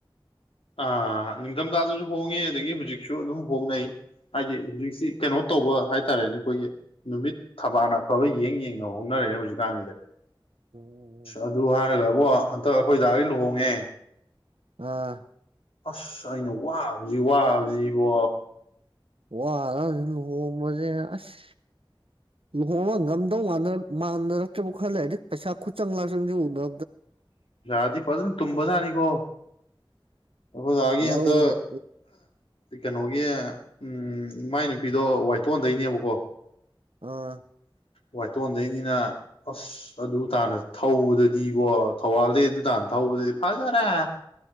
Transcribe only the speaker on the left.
ꯑꯥ ꯅꯤꯡꯊꯝꯊꯥꯗꯁꯨ ꯍꯣꯡꯉꯦ ꯑꯗꯒꯤ ꯍꯧꯖꯤꯛꯁꯨ ꯑꯗꯨꯝ ꯍꯣꯡꯅꯩ ꯍꯥꯏꯗꯤ ꯍꯧꯖꯤꯛꯁꯤ ꯀꯩꯅꯣ ꯇꯧꯕ ꯍꯥꯏꯇꯥꯔꯦꯅꯦ ꯑꯩꯈꯣꯏꯒꯤ ꯅꯨꯃꯤꯠ ꯊꯕꯥꯜꯅ ꯑꯐꯕ ꯌꯦꯡ ꯌꯦꯡꯅ ꯍꯣꯡꯅꯔꯛꯑꯦ ꯍꯧꯖꯤꯛꯀꯥꯟꯁꯤꯗ
ꯑꯗꯨ ꯍꯥꯏꯔꯒꯕꯣ ꯍꯟꯇꯛ ꯑꯩꯈꯣꯏ ꯗꯥ ꯑꯩ ꯂꯨꯍꯣꯡꯉꯦ
ꯑꯁ ꯑꯩꯅ ꯋꯥꯕꯁꯤ ꯋꯥꯕꯁꯤꯕꯣ
ꯑꯣꯖꯥꯗꯤ ꯐꯖꯅ ꯇꯨꯝꯕꯖꯥꯠꯅꯤꯀꯣ ꯑꯣꯖꯥꯒꯤ
ꯍꯟꯛꯇ ꯀꯩꯅꯣꯒꯤ ꯎꯝ ꯃꯥꯏ ꯅꯨꯄꯤꯗꯣ ꯋꯥꯏꯇꯣꯟꯗꯩꯅꯦꯕꯀꯣ
ꯋꯥꯏꯇꯣꯟꯗꯒꯤꯩꯅꯤꯅ ꯑꯁ ꯑꯗꯨ ꯇꯥꯅ ꯊꯧꯕꯗꯗꯤꯕꯣ ꯊꯧꯕꯥꯜꯗꯩ ꯑꯗꯨ ꯇꯥꯅ ꯊꯧꯕꯗꯗꯤ ꯐꯖꯔꯥ